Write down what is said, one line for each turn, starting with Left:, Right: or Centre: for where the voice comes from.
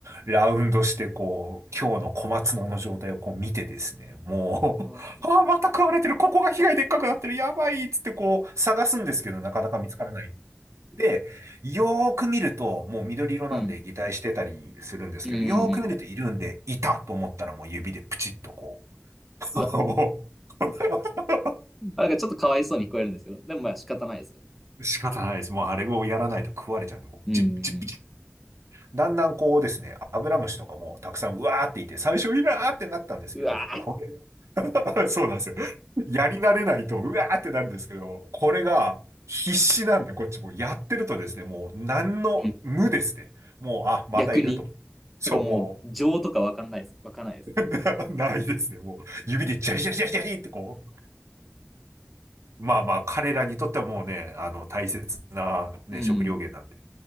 Right: ラウンドして、こう、今日の小松菜の状態をこう見てですね、もう、
Centre: うん、
Right: <laughs> ああ、また食われてる、ここが被害でっかくなってる、やばいっつってこう、探すんですけど、なかなか見つからない。で、よーく見ると、もう緑色なんで擬態してたりするんですけど、
Centre: うん。うん。う
Right: よーく見るといるんで、
Centre: ん
Right: いたと思ったらもう指でプチッとこう。<laughs>
Centre: うわ、なんかちょっとかわいそうに聞こえるんですけど、でもまあ仕方ないですよね。
Right: 仕方ないです。もうあれをやらないと食われちゃうんで、もうプチップチップチッ。
Centre: うん。うん
Right: だんだんこうですね、アブラムシとかもたくさんうわーっていて、最初いらーってなったんですけど、
Centre: うわ
Right: これ <laughs> そうなんですよ。やり慣れないと、うわーってなるんですけど、これが必死なんで、こっちもやってるとですね、もう何の無ですね。
Centre: ー、うん
Right: もう、あ、またいると。
Centre: 逆に、
Right: そう、
Centre: なんかもう情とかわかんないです。
Right: も
Centre: わかんないです。
Right: う、<laughs> な、ないですね。もう、指でジャリジャリジャリジャリってこう。まあまあ、彼らにとってはもうね、あの、大切なね、
Centre: うん。
Right: 食料源なんで。